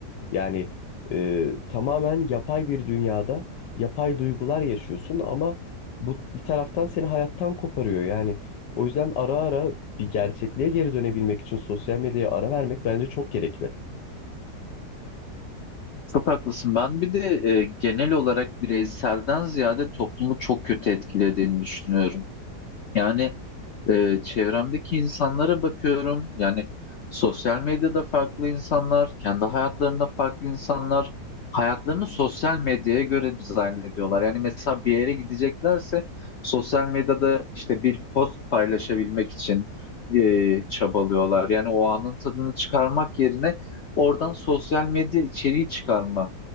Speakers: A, on the left; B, on the left.
A: Yani e, tamamen yapay bir dünyada yapay duygular yaşıyorsun ama bu bir taraftan seni hayattan koparıyor. Yani o yüzden ara ara bir gerçekliğe geri dönebilmek için sosyal medyaya ara vermek bence çok gerekli.
B: Çok haklısın. Ben bir de e, genel olarak bireyselden ziyade toplumu çok kötü etkilediğini düşünüyorum. Yani e, çevremdeki insanlara bakıyorum. Yani sosyal medyada farklı insanlar, kendi hayatlarında farklı insanlar hayatlarını sosyal medyaya göre dizayn ediyorlar. Yani mesela bir yere gideceklerse sosyal medyada işte bir post paylaşabilmek için e, çabalıyorlar. Yani o anın tadını çıkarmak yerine oradan sosyal medya içeriği çıkarma